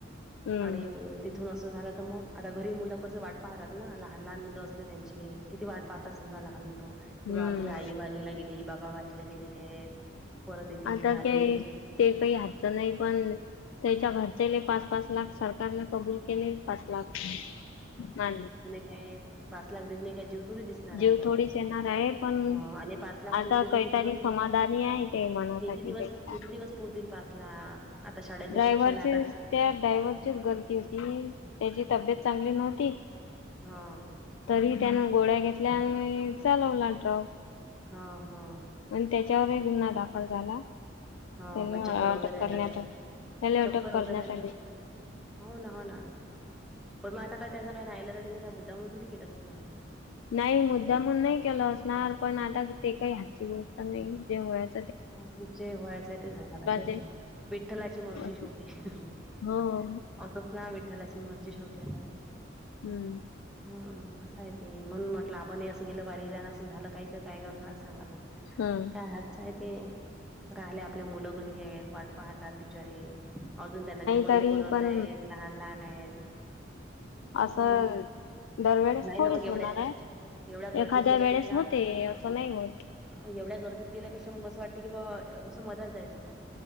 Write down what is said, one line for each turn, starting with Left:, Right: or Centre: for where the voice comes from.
Left: हम्म
Centre: आणि तिथून असं झालं तर मग आता घरी मुलं कस वाट पाहतात ना लहान लहान मुलं असले त्यांची किती वाट पाहताात समजा लहान मुण कि
Left: हम्म
Centre: बा आपली आई वारीला गेली बाबा वारीला गेलेली आहेत पररतेत
Left: आता
Centre: आणि
Left: काय ते काही हातच नाही पण त्याच्या घरचेले पाच पाच लाख सरकारने कबूल केले पाच लाख म
Centre: अ पाच लाख देऊ नाही काय जूत थोडी दिसणार
Left: जीव
Centre: आहे परत
Left: थोडीच येणार आहे पण
Centre: ह आणि पाच लाख
Left: आता
Centre: पुरतील
Left: काहीतरी
Centre: तर किती दिवस
Left: समाधानी आहे ते मनासाठी
Centre: किती दिवस
Left: त्याच्या
Centre: किती दिवस पुरतील पासला आता शाळेचं
Left: ड्रायव्हरची
Centre: शिक्षण आहे आता
Left: त्या ड्रायव्हरचीच गलती होती त्याची तब्येत चांगली नव्हती
Centre: हा
Left: तरी त्याने गोळ्या घेतल्या आणि चालवला टड्रक
Centre: हो हो
Left: मण त्याच्यावरही गुन्हा दाखल झाला
Centre: हो
Left: त्याला
Centre: काय चक्कर
Left: अटक
Centre: वगैरेला
Left: करण्यात आली. त्याला अटक
Centre: चक्कर
Left: करण्यात
Centre: वगैरेलाच
Left: आली
Centre: हो ना हो ना पण मग आता काय त्याच काय नाही आला तर त्यानी त्या मुद्दामण थोडी केलं होत ना
Left: नाही मुद्दा म्हून नाही केला असणार पण आता ते काही हातची गोष्ट नाही जे वयात
Centre: ह जे व्हायचंय ते झाला त्या शेवटी
Left: जे
Centre: विठ्ठलाची मर्जी
Left: असते
Centre: ेवटी असंच
Left: हो हो
Centre: ना विठ्ठ त्यालाची मर्जी शेवटी आ
Left: हम्म
Centre: हम् असय ते म्हणून म्हट आपण असं गेल वारीलान असं झालं काही तर काय करणार ांग
Left: हम्म
Centre: काय आहे ते राहिले आपल्या मुलं घरी आहेत वाट पाहतात बिचारी अजून त्यांना जीवन
Left: तरी
Centre: नाही बनवता
Left: पण
Centre: य लहान लहान आहेत हम्म
Left: असं दरवेळेस
Centre: नाही
Left: थोडीच
Centre: ना मग एवढ्या
Left: होणार आहे
Centre: एवढ्या गर्दीत
Left: एखाद्या
Centre: गेल्यापेक्षा
Left: वेळेस होते असं नाही होत
Centre: एवढ्या गर्दीत गेल्यापेक्षा मग असं वाटत की बा असं मधाच जायचं मग